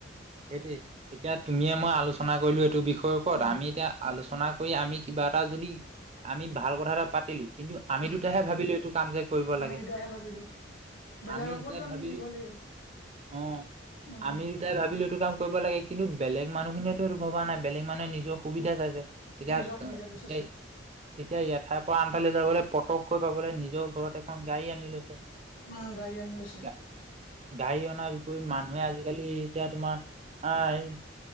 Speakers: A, on the right (about 35°); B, on the left (about 85°).
A: সেইটোয়ে। এতিয়া তুমিয়ে মই আলোচনা কৰিলোঁ এইটো বিষয় ওপৰত
B: উম,
A: আমি এতিয়া আলোচনা কৰি আমি কিবা এটা যদি আমি ভাল কথা এটা পাতিলো। কিন্তু আমি
B: উম,
A: দুটাহে ভাবিলো এইটো কাম যে কৰিব
B: আমি
A: লাগে।
B: দুটাহে ভাবিলোঁ, বেলেগকোতো
A: আমি যেতিয়া
B: আমি
A: ভাবিলো।
B: দিব লাগিব।
A: অ,
B: উম,
A: আমি যেতিয়া ভাবিলো কি কাম কৰিব লাগে, কিন্তু বেলেগ মানুহখিনিয়েতো এইটো ভবা নাই। বেলেগ মানে নিজৰ সুবিধা চাইছে। এতিয়া
B: নিজৰ
A: কা,
B: সুবিধাটো চাইছে,
A: কেই, এতিয়াই এঠাত তই আনফালে যাবলে পটকৈ পাবলে নিজৰ ঘৰত এখন গাড়ী আনি লৈছে।
B: উম, গাড়ী আনি লৈছে,
A: গা, গাড়ী অনা বিপৰী মানুহে আজিকালি এতিয়া তোমাৰ আই,